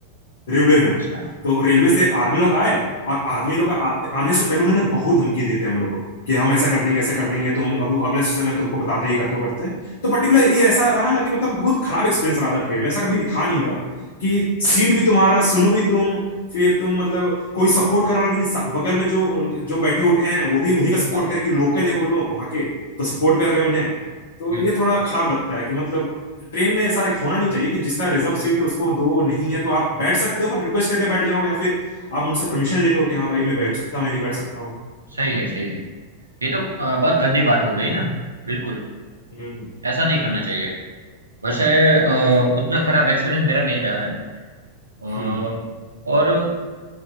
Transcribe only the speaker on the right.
अच्छा
हाँ
बिल्कुल
हाँ,
सही है सही है ये तो अ, बहुत गंदी बात हो गई ना बिल्कुल
ऐसा नहीं करना चाहिए वैसे अ,
उतना खराब एक्सपीरियंस मेरा नहीं रहा है अ,
और